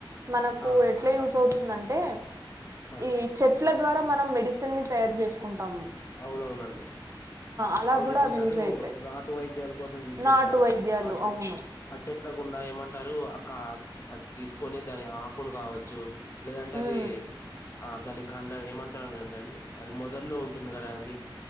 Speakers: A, on the right; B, on the left.
A: మనకు
B: ఆ
A: ఎట్లా యూస్ అవుతుందంటే
B: ఆ
A: ఈ చెట్లా ద్వారా మనం మెడిసిన్ ని తయారు చేసుకుంటాం
B: అవునవునండి
A: అలా
B: అవు
A: కూడా
B: చేయమంటారు
A: అవి యూజ్ అయితాయి
B: నాటు వైద్యాల కోసం యూజ్ చేస్తారు
A: నాటు వైద్యాలు
B: ఆ చే
A: అవును
B: అ చెట్ల గుండా ఏమంటారు కా అది తీసుకొని దాని ఆకులు కావచ్చు లేదంటే అది
A: ఉమ్
B: ఆ దాని ఖండ ఏమంటారు అదంటే అండి అది మొదల్లో ఉంటుంది కదా అండి